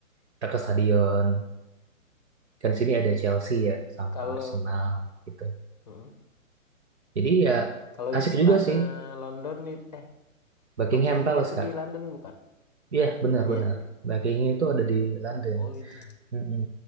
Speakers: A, on the right; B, on the left.
A: kita ke stadion. Kan sini ada Chelsea ya sama
B: Kalau
A: Arsenal gitu.
B: Heeh.
A: Jadi ya
B: kalau
A: asik
B: istana
A: juga sih
B: London it- eh
A: Buckingham
B: Buckingham
A: Palace
B: itu
A: Kak.
B: di London bukan?
A: Iya benar-benar.
B: Iya.
A: Buckingham itu ada di London.
B: Oh itu.
A: Mm-mm.